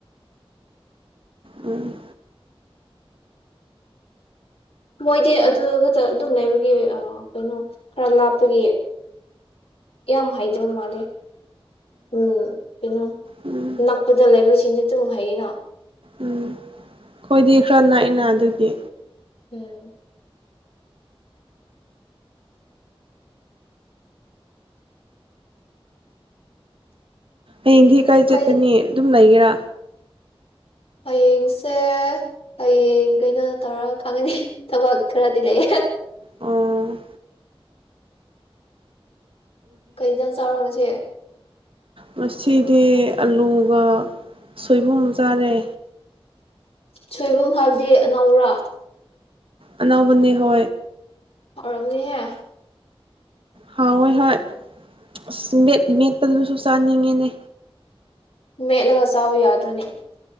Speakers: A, on the right; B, on the left.
A: ꯎꯝ
B: ꯃꯣꯏꯗꯤ ꯑꯗꯨꯗ ꯈꯛꯇ ꯑꯗꯨꯝ ꯂꯩꯕꯒꯤ ꯀꯩꯅꯣ ꯈꯔ ꯂꯥꯞꯄꯒꯤ ꯌꯥꯝ ꯍꯥꯏꯗꯕ ꯃꯥꯂꯦ ꯎꯝ ꯀꯩꯅꯣ
A: ꯎꯝ
B: ꯅꯛꯄꯗ ꯂꯩꯕꯁꯤꯡꯗꯨ ꯇꯨꯝ ꯍꯌꯦꯅꯣ
A: ꯎꯝ ꯑꯩꯣꯏꯗꯤ ꯈꯔ ꯅꯅꯥꯏꯅ ꯑꯗꯨꯒꯤ
B: ꯎꯝ
A: ꯍꯦꯟꯗꯤ ꯀꯥꯏ
B: ꯀꯩ
A: ꯆꯠꯀꯅꯤꯌꯦ ꯑꯗꯨ ꯑꯗꯨꯨꯝ ꯂꯩꯒꯦꯔꯥ
B: ꯍꯌꯦꯡꯁꯦ ꯍꯌꯦꯡ ꯀꯩꯅꯣ ꯇꯧꯔꯒ ꯈꯪꯒꯅꯤ ꯊꯕꯛ ꯈꯔꯗꯤ ꯂꯩ
A: ꯑꯣ
B: ꯀꯩꯖꯜ ꯆꯥꯎꯔꯒꯁꯦ
A: ꯃꯁꯤꯗꯤ ꯑꯂꯨꯒ ꯁꯣꯏꯕꯨꯝ ꯆꯥꯔꯦ
B: ꯁꯣꯏꯕꯨꯝ ꯍꯥꯏꯕꯗꯤ ꯑꯅꯧꯔ
A: ꯑꯅꯥꯕꯅꯦ ꯍ
B: ꯑꯣꯔꯝꯅꯤꯍ
A: ꯍꯋꯣꯏ ꯍꯣꯏ ꯑꯁ ꯃꯦꯠ ꯃꯦꯠꯄꯗꯨꯁꯨ ꯆꯥꯅꯤꯡꯉꯦꯅꯦ
B: ꯃꯦꯠꯂꯒ ꯆꯥꯕ ꯌꯥꯗ꯭ꯔꯅꯦ